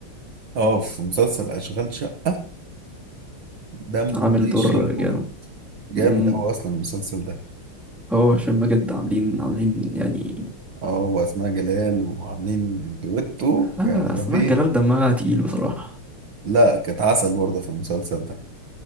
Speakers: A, on the right (about 60°); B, in the centre.
A: اه في مسلسل اشغال شقه دمه
B: عامل
A: زي
B: دور
A: الشربور
B: جامد
A: جامد
B: امم
A: اوي اصلا المسلسل ده
B: هو هشام ماجد عاملين عاملين يعني
A: اه واسماء جلال وعاملين دويتو
B: لا
A: يعني
B: اسمها
A: رهيب
B: جلال دمها تقيل بصراحة
A: لا كانت عسل برضه في المسلسل ده